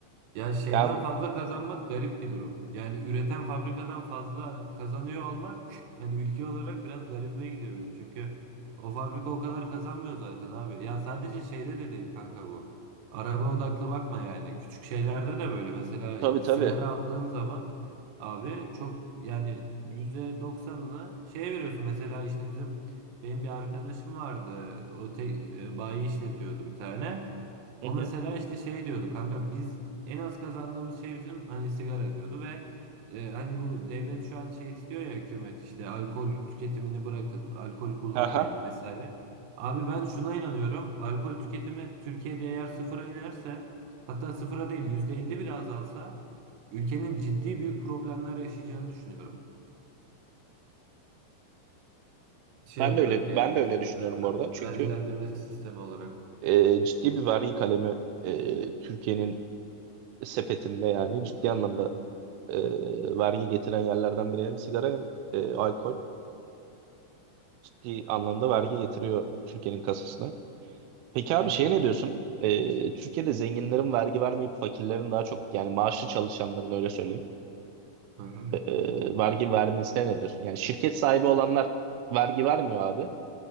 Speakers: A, on the right; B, on the right.
A: Ya şeyden
B: Ya
A: fazla kazanmak garip bir durum. Yani üreten fabrikadan fazla kazanıyor olmak <laughs> hani ülke olarak biraz garibime gidiyor benim. Çünkü o fabrika o kadar kazanmıyor zaten abi. Ya sadece şeyde de değil kanka bu. Araba odaklı bakma yani. Küçük şeylerde de böyle. Mesela
B: tabii
A: bir
B: tabii.
A: sigara aldığın zaman abi çok yani %90'ına şey veriyorsun. Mesela işte bizim benim bir arkadaşım vardı. O te, e, bayi işletiyordu bir tane. O
B: Hı hı.
A: mesela işte şey diyordu kanka biz en az kazandığımız şey bizim hani sigara diyordu ve e, hani bu devlet şu an şey istiyor ya hükümet işte alkol tüketimini bırakın, alkol kullanmayın
B: Aha,
A: vesaire. Abi ben şuna inanıyorum. Alkol tüketimi Türkiye'de eğer sıfıra inerse hatta sıfıra değil %50 bile azalsa ülkenin ciddi büyük problemler yaşayacağını düşünüyorum. Şey
B: Ben
A: olarak
B: de öyle
A: yani
B: ben de öyle düşünüyorum
A: mesela
B: bu arada. Çünkü
A: vergilendirme sistemi olarak.
B: e, ciddi bir vergi kalemi e, Türkiye'nin sepetinde yani ciddi anlamda e, vergi getiren yerlerden biri hem sigara hem e, alkol ciddi anlamda vergi getiriyor Türkiye'nin kasasına. Peki
A: Ya
B: abi şeye ne diyorsun? E, Türkiye'de zenginlerin vergi vermeyip fakirlerin daha çok yani maaşlı çalışanların öyle söyleyeyim
A: hı hı.
B: e, e, vergi vermesine ne diyorsun? Yani şirket sahibi olanlar vergi vermiyor abi